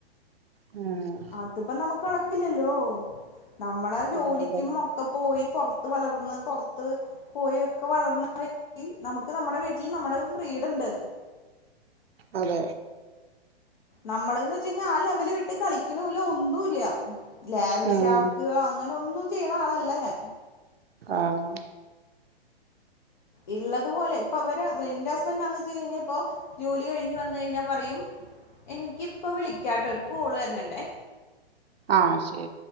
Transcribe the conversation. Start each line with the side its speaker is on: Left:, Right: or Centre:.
Right: ഉം
Left: അതിപ്പം നമ്മക്ക് നടക്കില്ലല്ലോ നമ്മളെ ജോലിക്കും
Right: ആഹ് അതെ
Left: മക് പോയി പൊറത്ത് വളർന്ന് പൊറത്ത് പോയി ഒക്കെ വളർന്ന വ്യക്തി <unintelligible> നമക്ക് നമ്മടെ വീട്ടിൽ നമ്മടെ ഫ്രീഡണ്ട്
Right: അതെ
Left: നമ്മള്ന്ന് വെച്ച് കഴിഞ്ഞാ ആ ലെവല് വിട് ട്ട് കളിക്കണൂല്യ ഒന്നുല്ല ലാവിഷാക്കാ
Right: ഉം
Left: അങ്ങനെ ഒന്നും ചെയ്യണ ആളല്ല ഞാൻ.
Right: ആഹ്
Left: ഇള്ളത് പോലെ ഇപ്പൊ ഇവരെ എന്റെ ഹസ്ബൻ്റ് <unintelligible> ജോലി കഴിഞ്ഞ് വന്ന് കഴിഞ്ഞാ പറയും എനിക്കിപ്പോ വിളിക്കാട്ടോ ഒരു കോള് വെര്ന്നുണ്ടെ
Right: ആഹ് ശരി